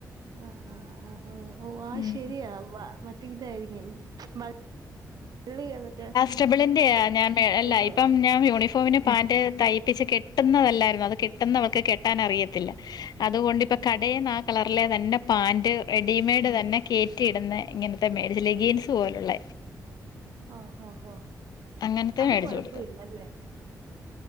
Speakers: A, on the right; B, on the left.
A: ആഹ് ആഹ് ആഹ് ഓഹ് ഓഹ് ആഹ്
B: ഉം
A: ശെരിയാ മാ മറ്റേ ഇതായിരിക്കും മ ളിഎ മറ്റേ
B: സ്റ്റബിളിന്റെ ഞാൻ അല്ല
A: കിട്ടുവാന്നോ?
B: ഇപ്പം ഞാൻ
A: മറ്റേ
B: യൂണിഫോമിന് പാന്റ് തയ്പ്പിച്ച് കെട്ടുന്നതല്ലായിരുന്നു അത് കെട്ടുന്ന അവൾക്ക് കെട്ടാൻ അറിയത്തില്ല അതുകൊണ്ട്പ്പ
A: ആ.
B: കടേന്നാ കളറിലെ തന്നെ പാന്റ് റെഡിമെയ്ഡ് തന്നെ കേറ്റി ഇടുന്ന ഇങ്ങനത്തെ <unintelligible> ലെഗീൻസ് പോലുള്ള
A: ആഹ് ഹോ ഹോ
B: അങ്ങനത്തെ
A: അത്
B: മേടിച്ചു
A: കൊഴപ്പല്ലല്ലേ
B: കൊടുത്തു